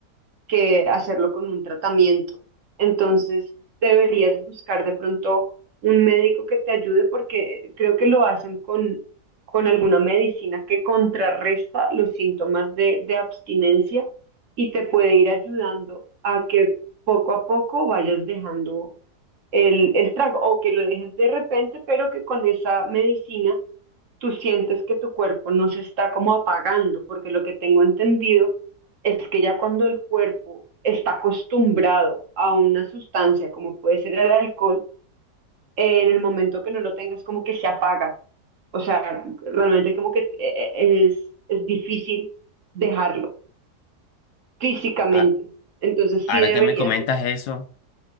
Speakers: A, on the right; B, on the left.
A: que hacerlo con un tratamiento. Entonces, deberías buscar de pronto un médico que te ayude porque creo que lo hacen con, con alguna medicina que contrarresta los síntomas de, de abstinencia y te puede ir ayudando a que poco a poco vayas dejando el, el trago o que lo dejes de repente, pero que con esa medicina tú sientes que tu cuerpo no se está como apagando, porque lo que tengo entendido es que ya cuando el cuerpo está acostumbrado a una sustancia como puede ser el alcohol, eh, en el momento que no lo tengas como que se apaga. O sea, realmente como que eh, eh, es, es difícil dejarlo físicamente.
B: A-
A: Entonces
B: ahora
A: sí deberías,
B: que me comentas
A: de-
B: eso.